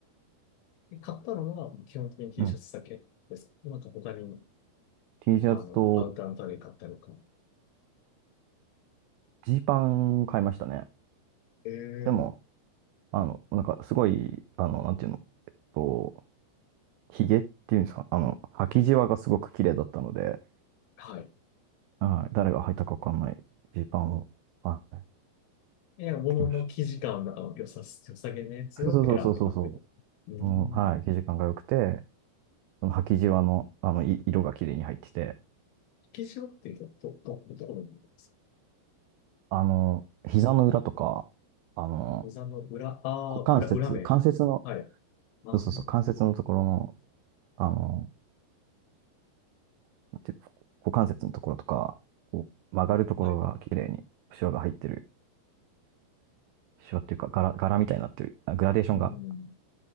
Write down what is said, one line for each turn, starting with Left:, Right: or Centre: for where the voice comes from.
Left: で買ったのは、基本的に T
Right: うん。
Left: シャツだけです。なんか他に、
Right: T シャツと
Left: あの、アウターの類買ったりとか。
Right: ジーパン買いましたね。
Left: ええ
Right: でも、あの、なんかすごい、あの、なんていうの、えっと、ヒゲっていうんですか、あの、履きじわがすごく綺麗だったので、
Left: はい。
Right: はい。誰が履いたかわかんないジーパンを、はい、買
Left: いや物の生地感の良さ、
Right: ってきまし
Left: 良さげなやつを選んで買ってる。
Right: た。そうそうそうそうそ
Left: うん。
Right: う。うん、はい。生地感が良くて、その履きじわの、あの、い色が綺麗に入ってて、
Left: 生地をっていうと、ど、ど、どこの部分ですか
Right: あの、膝の裏とか、あの、
Left: 膝の裏、ああ、
Right: 股関節、
Left: 裏、裏面。
Right: 関節の、
Left: はい。あー
Right: そうそうそう、関節のところの、あの、なんていうの股関節のところとか、こう曲がるところが綺麗に、
Left: はい。
Right: シワが入ってる。シワっていうか、柄、柄みたいになってる。あグラデーションが、
Left: うん。